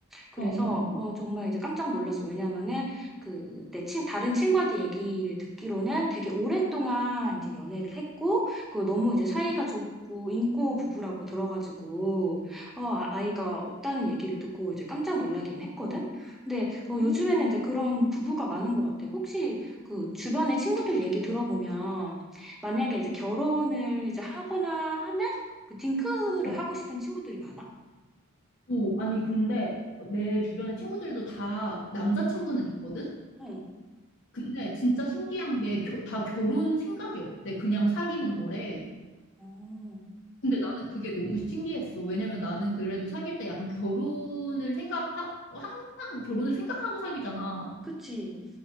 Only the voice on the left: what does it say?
어, 어,
어.
어? 어.
오, 아니, 근데 내 주변의 친구들도 다 남자친구는 있거든?
근데 진짜 신기한 게, 겨, 다 결혼 생각이 없대. 그냥 사귀는 거래.
근데 나는 그게 너무 신기했어. 왜냐면 나는 그래도 사귈 때 약간 결혼을 생각하, 항상 결혼을 생각하고 사귀잖아.